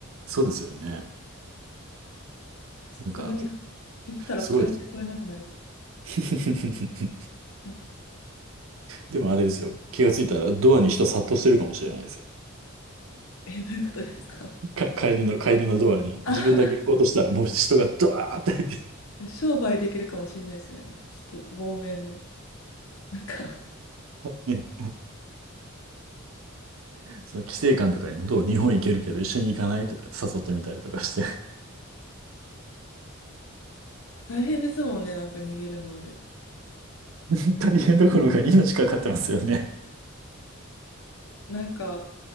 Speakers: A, on the right (about 70°); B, on the left (about 80°).
A: そうですよね。
B: さすがに
A: なんか、
B: 行ったら帰ってこれなくなりそ
A: すごいですね。<laughs>
B: う。うん
A: でもあれですよ。気がついたらドアに人殺到してるかもしれないですよ。
B: え、どういうことですか
A: か、帰りの、帰りのドアに自分だけ行こうとしたらもう人がドワーって入って、
B: あ、<laughs> 商売できるかもしれないですね。ちょっと亡命の。なんか
A: ね、その規制官とかにもどう日本行けるけど一緒に行かないとか誘ってみたりとかして
B: 大変ですもんね、なんか逃げるので。
A: <laughs> 大変どころが命かかってますよね。
B: なんか、